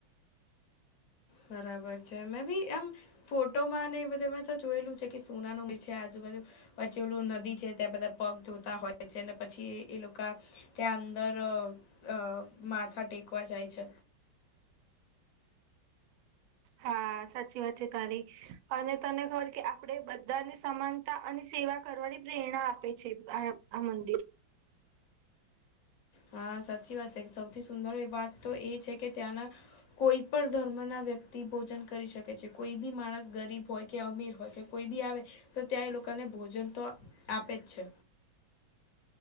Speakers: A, on the left; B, on the right.
A: બરાબર છે મેં બી એમ ફોટોમાંને એ બધે મે તો જોયેલું છે. કે સોનાનો બીજ છે આજું બાજુ પછી ઓલું નદી છે ત્યાં બધા પગ ધોતા હોય છે ને પછી એ એ લોકા ત્યાં અંદર અ માથા ટેકવા જાય છે.
B: હા સાચી વાત છે તારી. અને તને ખબર કે આપડે બધાને સમાનતા અને સેવા કરવાની પ્રેરણા આપે છે આ આ મંદિર.
A: હા સાચી વાત છે સૌથી સુંદર એ વાત તો એ છે કે ત્યાંના કોઈ પણ ધર્મ ના વ્યક્તિ ભોજન કરી શકે છે કોઈ બી માણસ ગરીબ હોય કે અમીર હોય કે કોઈ બી આવે તો ત્યાં એ લોકાને ભોજન તો આપે જ છે.